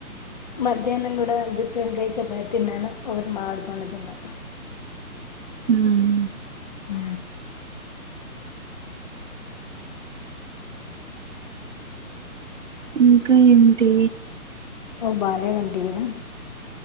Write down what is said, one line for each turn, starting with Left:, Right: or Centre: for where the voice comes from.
Left: మధ్యానం కూడా గుతివంకయ్ చపా తిన్నాను ఒకటి మామిడి పండు తిన్నా
Right: మ్మ్
Left: ఆ
Right: ఇంకా ఏంటి
Left: బాలే అంటి కదా